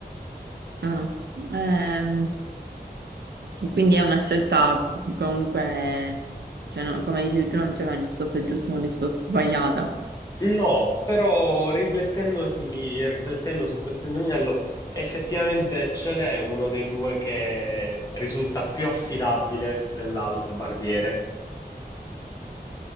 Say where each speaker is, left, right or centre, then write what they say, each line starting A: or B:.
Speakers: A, on the right; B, on the left.
A: mm. Ehm, quindi è una scelta comunque, cioè, no, come dicevi tu, non c'è una risposta giusta o una risposta sbagliata.
B: No, però riflettendosi- riflettendo su questo indovinello, effettivamente ce n'è uno dei due che risulta più affidabile dell'altro barbiere.